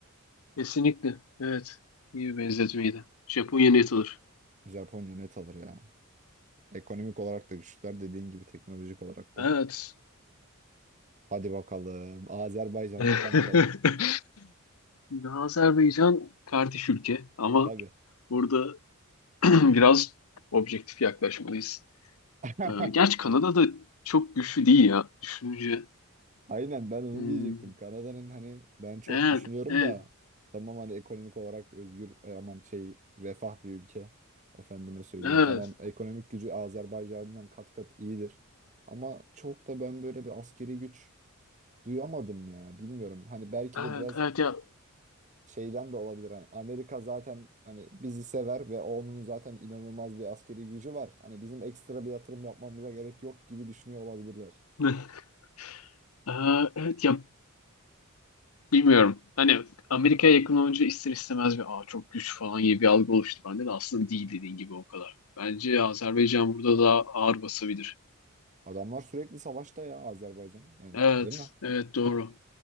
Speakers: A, on the left (about 80°); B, on the right (about 35°).
A: Kesinlikle. Evet. İyi bir benzetmeydi. Japonya net olur.
B: Japonya net alır ya. Ekonomik olarak da güçlüler dediğin gibi teknolojik olarak da.
A: Evet.
B: Hadi bakalım. Azerbaycan
A: <laughs>
B: mı Kanada mı?
A: Şimdi Azerbaycan kardeş ülke ama
B: Tabii.
A: burada <clears throat> biraz objektif yaklaşmalıyız.
B: <laughs>
A: Ee, gerçi Kanada da çok güçlü değil ya düşününce.
B: Aynen ben onu
A: Hmm,
B: diyecektim. Kanada'nın hani ben çok
A: evet,
B: düşünüyorum
A: evet,
B: da tamam hani ekonomik olarak özgür e, aman şey refah bir ülke. Efendime söyleyeyim.
A: evet,
B: Tamam ekonomik gücü Azerbaycan'dan kat kat iyidir. Ama çok da ben böyle bir askeri güç duyamadım ya. Bilmiyorum. Hani belki
A: evet,
B: de biraz
A: evet ya.
B: şeyden de olabilir hani Amerika zaten hani bizi sever ve onun zaten inanılmaz bir askeri gücü var. Hani bizim ekstra bir yatırım yapmamıza gerek yok gibi düşünüyor olabilirler.
A: <laughs> Ee, evet ya bilmiyorum. Hani Amerika'ya yakın olunca ister istemez bir Aa, çok güç falan gibi bir algı oluştu bende de aslında değil dediğin gibi o kadar. Bence Azerbaycan burada daha ağır basabilir.
B: Adamlar sürekli savaşta ya Azerbaycan. Yani
A: Evet,
B: değil mi?
A: evet doğru.